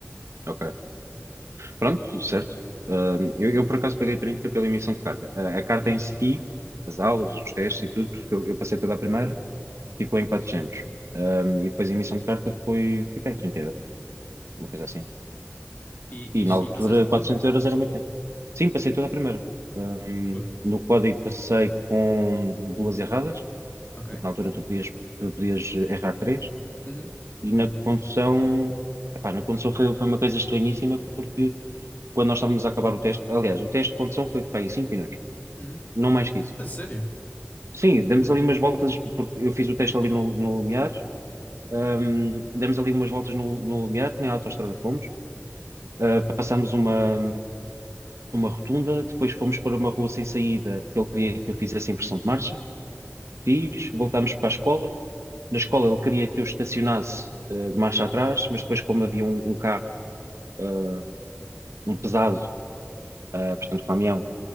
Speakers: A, on the right; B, on the left.
A: ok. Pronto, certo. Ah, eu, eu, por acaso paguei 30 pela emissão de carta. A, a carta
B: Uhum.
A: em si, as aulas, os testes e tudo, porque eu, eu passei toda a primeira, ficou em quatrocentos Ah, e depois a emissão de carta foi, foi para aí 30 euros, uma coisa assim.
B: E,
A: E na altura
B: e, e passaste a tudo?
A: 400 euros era muito dinheiro. Sim, passei toda a primeira. Hum,
B: Foi.
A: no código passei com duas erradas.
B: Ok.
A: Na altura tu podias, tu podias errar três.
B: Uhum,
A: E na condução, epá, na condução foi, foi uma coisa estranhíssima porque quando nós estávamos a acabar o teste, aliás, o teste de condução foi para aí 5 minutos,
B: uhum.
A: não mais que isso.
B: A sério?
A: Sim, demos ali umas voltas, porque eu fiz o teste ali no, no Lumiares, hum, demos ali umas voltas no, no Lumiar, na autoestrada fomos, Uh, passámos uma, uma rotunda, depois fomos para uma rua sem saída, que ele queria que eu fizesse impressão de marcha, fiz, voltámos para a escola, na escola ele queria que eu estacionasse eh, de marcha atrás, mas depois como havia um, um carro, ah, um pesado, ah, portanto caminhão,